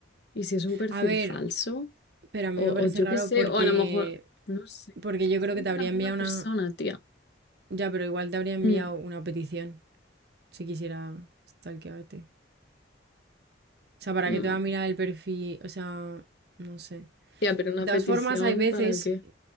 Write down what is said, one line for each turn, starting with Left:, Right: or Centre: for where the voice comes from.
Left: ¿Y si es un perfil
Right: A ver,
Left: falso?
Right: pero a
Left: O,
Right: mí me
Left: o
Right: parece
Left: yo qué
Right: raro
Left: sé,
Right: porque,
Left: o a lo mejor... No sé,
Right: porque
Left: es
Right: yo
Left: que siempre
Right: creo que te habría
Left: la misma
Right: enviado
Left: persona,
Right: una...
Left: tía.
Right: Ya, pero igual te habría enviado
Left: Mm,
Right: una petición si quisiera stalkearte. O sea, ¿para
Left: mm.
Right: qué te va a mirar el perfil? O sea, no sé.
Left: Tía, pero una
Right: De todas
Left: petición,
Right: formas, hay veces...
Left: ¿para qué?